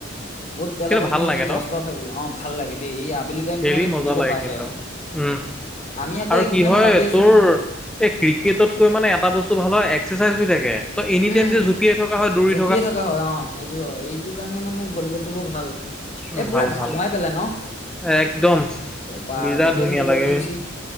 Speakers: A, on the left (about 35°); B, in the centre.
A: ক'ত পেলাবা
B: কিন্তু ভাল
A: তুমি
B: লাগে
A: দহ
B: ন
A: বাৰ ভাবি লগে। অ' ভাল লাগে দেই। এই আবেলি টাইমতটো
B: খেলি
A: মানে
B: মজা
A: ধুনাকৈ
B: লাগে
A: পাছ
B: কিন্তু
A: হয় আৰু।
B: উম।
A: আমি আকৌ
B: আৰু
A: এইকেইদিনত
B: কি হয়
A: ভাবি আছোঁ
B: তোৰ, এই ক্ৰিকেটতকৈ মানে এটা বস্তু ভাল হয় এক্সাৰচাইজ হৈ থাকে। তই এনি
A: উম,
B: টাইম যে জঁপিয়াই থকা হয় দৌৰি
A: জঁপিয়াই থকা হয় অ' সটো হয়। এইটো কাৰণে মানে ভলীবলটো বৰ ভাল। এ পুৰা
B: ভাল
A: ঘামুৱাই
B: ভাল
A: পেলায় ন
B: একদম।
A: বা
B: বিৰাট
A: জঁপিয়াই
B: ধুনীয়া
A: থাকিব
B: লাগে।
A: যে বেছি।